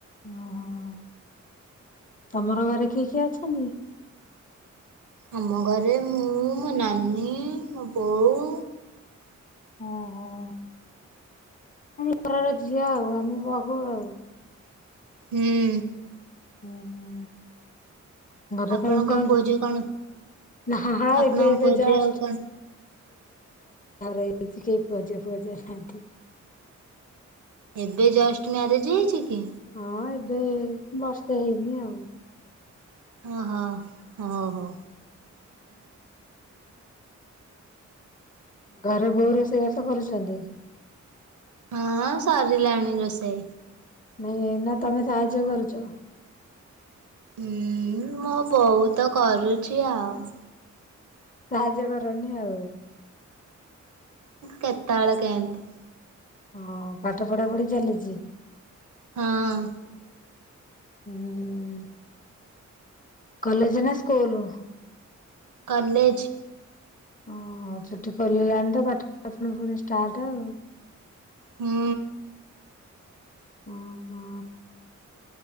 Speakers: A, on the left; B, on the right.
A: ଓହୋ ତମର ଘରେ କିଏ କିଏ ଅଛନ୍ତି?
B: ଆମ ଘରେ ମୁଁ ମୋ ନାନୀ ମୋ ବୋଉ।
A: ଓ ହଁ। ଆପଣ ଘରର ଝିଅ ଆଉ ଆମ ବୋହୂ ଆଉ।
B: ହୁଁ।
A: ହୁଁ ହୁଁ। ଘରେ
B: ଆପଣଙ୍କ
A: ସମସ୍ତଙ୍କଠେ।
B: ପୁଅ ଝିଅ କଣ
A: ନା, ହଁ
B: ଆପଣଙ୍କ
A: ଏବେ ଏବେ
B: ପୁଅ
A: ଜଷ୍ଟ
B: ଝିଅ କଣ
A: ରଛି କେ ପଜ ଫଜ ନାହାନ୍ତି <unintelligible>
B: ଏବେ ଜଷ୍ଟ ମ୍ୟାରେଜ୍ ହେଇଛି କି?
A: ହଁ, ଏବେ ବର୍ଷେ ହେଇନି ଆଉ।
B: ଓହୋ, ହଁ, ହୋ।
A: ହୁଁ ହୁଁ ଘରେ ବୋଉ ରୋଷେଇବାସ କରୁଚନ୍ତି?
B: ହଁ ସରିଲାଣି ରୋଷେଇ।
A: ନାଇଁ ନା ତମେ ସାହାଯ୍ୟ କରୁଚ
B: ହୁଁ ମୋ ବଉତ କରୁଚି ଆଉ।
A: ସାହାଯ୍ୟ କରନି ଆଉ?
B: କେତେବେଳେ କେଏଁତି
A: ଓହୋ, ପାଠ ପଢା ପଢି ଚାଲିଚି?
B: ହଁ।
A: ଉଁ କଲେଜ ନା ସ୍କୁଲ?
B: କଲେଜ୍
A: ଓହୋ, ଛୁଟି ଖୋଲିଲାଣି ତ ପାଠ ଫୁଣି ଫୁଣି ଷ୍ଟାର୍ଟ ଆଉ।
B: ହୁଁ।
A: ଓହୋ